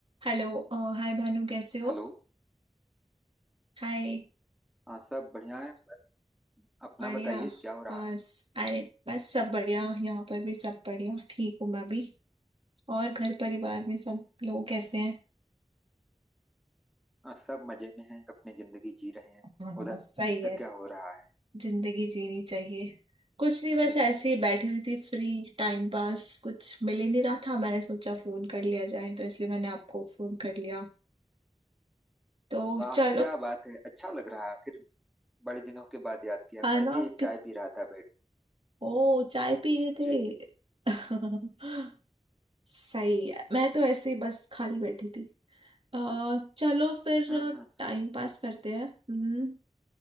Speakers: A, on the right (about 50°); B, in the centre.
A: Hello अ, hi Bhanu कैसे हो
B: Hello
A: Hi
B: हाँ सब बढ़िया है बस अपना
A: बढ़िया
B: बताइए क्या हो रहा
A: बस
B: है
A: अरे बस सब बढ़िया यहाँ पर भी सब बढ़िया ठीक हूँ मैं भी और घर परिवार में सब लोग कैसे हैं
B: हाँ सब मजे में हैं अपनी जिंदगी जी रहे हैं
A: हाँ
B: उधर
A: हाँ, सही है
B: क्या हो रहा है
A: जिंदगी जीनी चाहिए कुछ नहीं बस
B: जी
A: ऐसे
B: जी
A: ही बैठी हुई थी फ्री टाइम पास कुछ मिल ही नहीं रहा था मैंने सोचा फोन कर लिया जाए तो इसलिए मैंने आपको फोन कर लिया तो
B: वाह
A: चलो
B: क्या बात है अच्छा लग रहा है फिर बड़े दिनों के बाद याद किया
A: खाना
B: मैं भी चाय
A: कि...
B: पी रहा था बैठ
A: ओ चाय पी रहे थे
B: जी जी
A: <laughs> सही है मैं तो ऐसे ही बस खाली बैठी थी अ, चलो फिर
B: हम्म हम्म
A: टाइम पास करते हैं हम्म